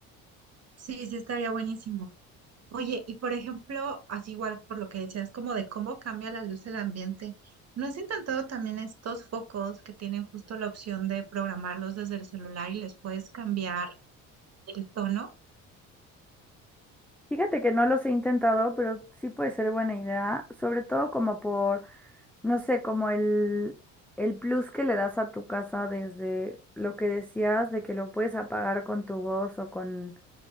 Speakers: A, on the right; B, in the centre.
A: Sí, sí estaría buenísimo. Oye, y por ejemplo, así igual por lo que decías, como de cómo cambia la luz del ambiente, ¿no has intentado también estos focos que tienen justo la opción de programarlos desde el celular y les puedes cambiar el tono?
B: Fíjate que no los he intentado, pero sí puede ser buena idea, sobre todo como por, no sé, como el, el plus que le das a tu casa desde lo que decías de que lo puedes apagar con tu voz o con